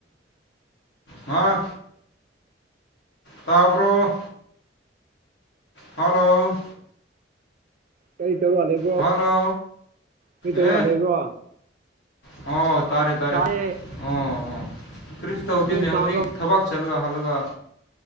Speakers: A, on the left; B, on the right.
A: ꯑꯥ ꯇꯥꯕꯔꯣ ꯍꯜꯂꯣ
B: ꯀꯩ ꯇꯧꯔꯥ ꯂꯩꯕ꯭ꯔꯣ
A: ꯍꯜꯂꯣ
B: ꯀꯩ ꯇꯧꯔ
A: ꯑꯦ
B: ꯂꯩꯕ꯭ꯔꯣ
A: ꯑꯣ ꯇꯥꯔꯦ ꯇꯥꯔꯦ
B: ꯇꯥꯏꯌꯦ
A: ꯑꯣ ꯑꯣ ꯀꯔꯤꯁꯨ ꯇꯧꯗꯦꯅꯦ
B: ꯅꯣꯡ
A: ꯍꯧꯖꯤꯛ
B: ꯇꯥꯕ꯭ꯔꯣ
A: ꯊꯕꯛ ꯁ ꯆꯠꯂꯒ ꯍꯜꯂꯒ